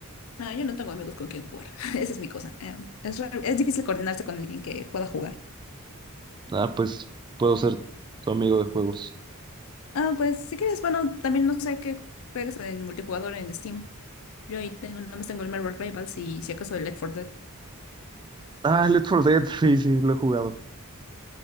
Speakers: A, on the left; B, on the right.
A: No, yo no tengo amigos con quien jugar, <laughs> esa es mi cosa. em, es, raro- es difícil coordinarse con alguien que pueda jugar.
B: Ah, pues puedo ser tu amigo de juegos.
A: Ah, pues si quieres, bueno, también no sé qué juegas en multijugador en Steam. Yo ahí tengo, nada más tengo el Marvel Rivals y si acaso el Left 4 Dead.
B: Ah, Left 4 Dead, sí, sí, lo he jugado.